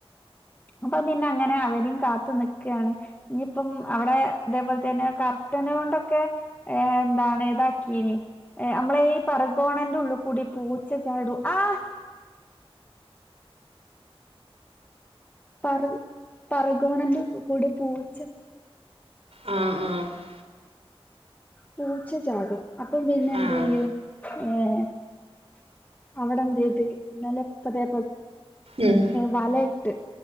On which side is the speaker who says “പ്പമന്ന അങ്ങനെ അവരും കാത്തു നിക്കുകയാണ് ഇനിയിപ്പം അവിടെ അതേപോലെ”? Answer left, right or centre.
Left